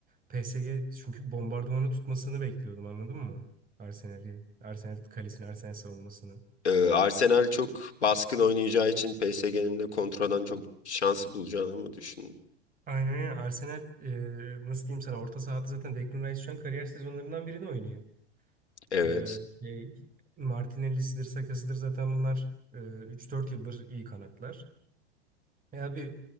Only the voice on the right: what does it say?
PSG çünkü bombardımanı tutmasını bekliyordum anladın mı? Arsenal'i, Arsenal kalesini, Arsenal savunmasını.
Aynen öyle. Arsenal e, nasıl diyeyim sana orta sahada zaten Declan Rice şu an kariyer sezonlarından birini oynuyor.
E, şey Martinelli'sidir, Saka'sıdır zaten bunlar e, 3-4 yıldır iyi kanatlar. Ya bir